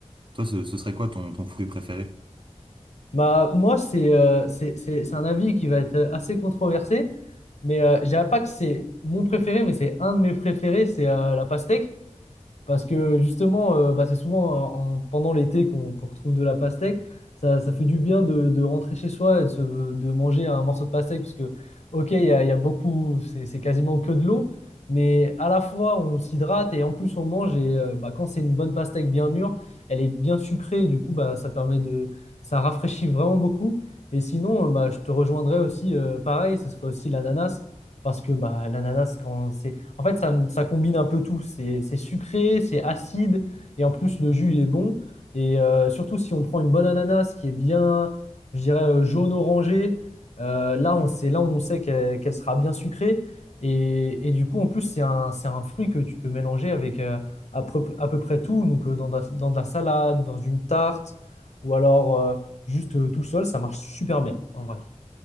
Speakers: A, on the right; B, on the left.
A: Toi, ce, ce serait quoi ton, ton fruit préféré?
B: Bah, moi, c'est euh, c'est c'est- c'est un avis qui va être assez controversé, mais euh, je dirais pas que c'est mon préféré, mais c'est un de mes préférés, c'est euh, la pastèque. Parce que justement, euh, bah, c'est souvent en- en- pendant l'été qu'on qu'on retrouve de la pastèque. Ça, ça fait du bien de, de rentrer chez soi et de, se- de manger un morceau de pastèque, parce que, ok, il y a, il y a beaucoup, c'est c'est quasiment que de l'eau, mais à la fois on s'hydrate et en plus on mange. Et euh, bah, quand c'est une bonne pastèque bien mûre, elle est bien sucrée, et du coup, bah, ça permet de, ça rafraîchit vraiment beaucoup. Et sinon, euh, bah, je te rejoindrais aussi, euh, pareil, ce serait aussi l'ananas, parce que bah, l'ananas, quand en fait, ça, ça combine un peu tout. C'est c'est sucré, c'est acide, et en plus, le jus, il est bon. Et euh, surtout, si on prend une bonne ananas qui est bien, je dirais, euh, jaune-orangé, euh, là, on sait, là, on sait qu'elle qu'elle sera bien sucrée. Et, et du coup, en plus, c'est un, c'est un fruit que tu peux mélanger avec euh, à peu, à peu près tout. Donc, euh, dans de la, dans de la salade, dans une tarte, ou alors euh, juste euh, tout seul, ça marche super bien, en vrai.